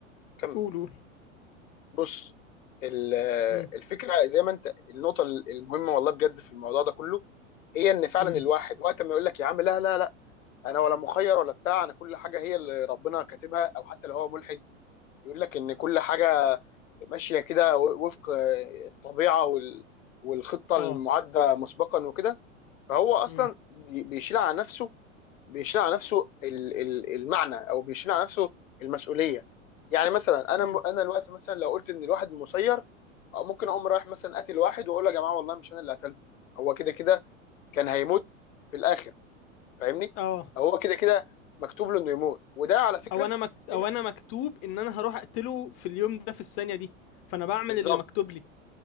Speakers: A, on the left; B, on the left.
A: كمل
B: قول قول
A: بص ال-
B: مم.
A: الفكره زي ما انت النقطه المهمه والله بجد في الموضوع ده كله هي ان فعلا
B: مم.
A: الواحد وقت ما يقول لك يا عم لا لا لا انا ولا مخير ولا بتاع انا كل حاجه هي اللي ربنا كاتبها او حتى لو هو ملحد يقول لك ان كل حاجه ماشيه كده وفق الطبيعه وال- والخطه
B: اه
A: المعده مسبقا وكده فهو اصلا
B: مم.
A: بي- بيشيل على نفسه بيشيل على نفسه ال- ال- المعنى او بيشيل على نفسه المسؤوليه يعني مثلا انا
B: مم.
A: انا دلوقتي مثلا لو قلت ان الواحد مسير أو ممكن اقوم رايح مثلا قاتل واحد واقول له يا جماعه والله مش انا اللي قتلته هو كده كده كان هيموت في الاخر فاهمني
B: اه
A: هو كده كده مكتوب له انه يموت وده على فكره
B: او انا مك...
A: في
B: او
A: ن-
B: انا مكتوب ان انا هروح اقتله في اليوم ده في الثانية دي فانا بعمل
A: بالظبط
B: اللي مكتوب لي